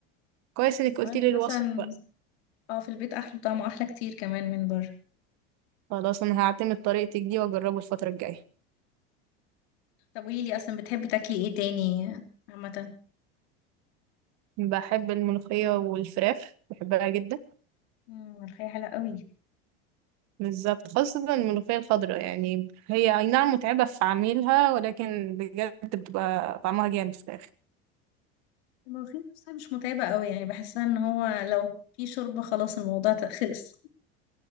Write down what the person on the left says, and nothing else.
كمان
أصلا
اه في البيت احلى طعمه احلى كتير كمان من بره
طب قولي لي اصلا بتحبي تاكلي ايه تاني عامه
مم، الملوخيه حلوه قوي
الملوخيه نفسها مش متعبه قوي يعني بحسها ان هو لو في شوربه خلاص الموضوع ت- خلص